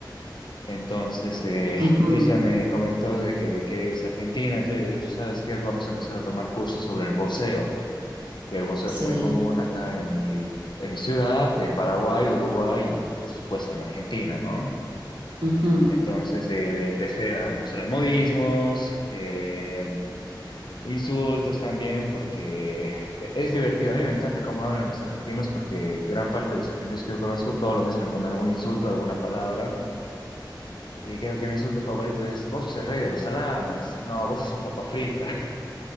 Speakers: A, on the left (about 65°); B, on the right (about 80°).
A: Entonces, eh, <laughs>
B: Ujú,
A: ella me comentó de que quiere irse a Argentina, todo, y yo le he dicho, ¿sabes qué? Vamos a empezar a tomar cursos sobre el voceo. que el boxeo es
B: Sí.
A: muy común acá en mi, en mi ciudad, en Paraguay, Uruguay y por supuesto en Argentina, ¿no?
B: ujú.
A: Entonces eh, le empecé a mostrar modismos, eh, insultos también, porque e-, es divertido. A mí me encanta cómo hablan los argentinos, porque gran parte de los argentinos que yo conozco todo lo mezclan con algún insulto, alguna palabra. Y creo que mi insulto favorito es, vos sos el rey de los salames, no, vos sos un papa frita. <laughs>